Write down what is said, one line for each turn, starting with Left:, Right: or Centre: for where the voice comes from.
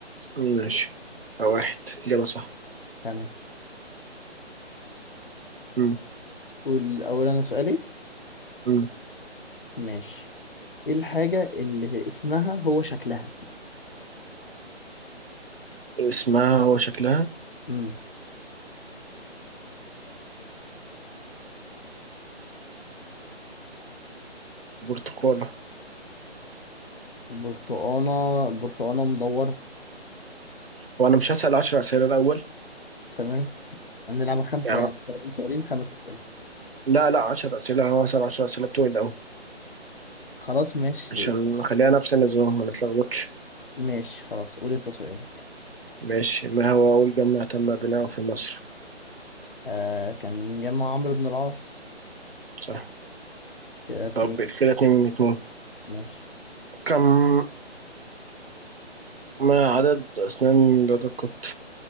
Right: ماشي واحد اجابه صح
Left: تمام
Right: مم.
Left: قول أول أنا سؤالي
Right: مم.
Left: ماشي إيه الحاجة اللي اسمها هو شكلها
Right: اسمها وشكلها
Left: امم
Right: برتقالة
Left: برتقانة برتقانة مدورة
Right: هو أنا مش هسأل عشر أسئلة الأول
Left: تمام هنلعبها خمسة
Right: يعني
Left: يعني سؤالين سؤالين خمس أسئلة
Right: لا لا عشر أسئلة أنا هسأل عشر أسئلة بتوعي الأول
Left: خلاص ماشي
Right: عشان نخليها نفس النظام ما نتلخبطش
Left: ماشي خلاص قول أنت سؤالك
Right: ماشي ما هو أول جامع تم بناؤه في مصر
Left: آه كان جمع عمرو بن العاص
Right: صح
Left: كده اتنين
Right: طب كده اتنين من اتنين
Left: ماشي
Right: كم ما عدد أسنان لدى القط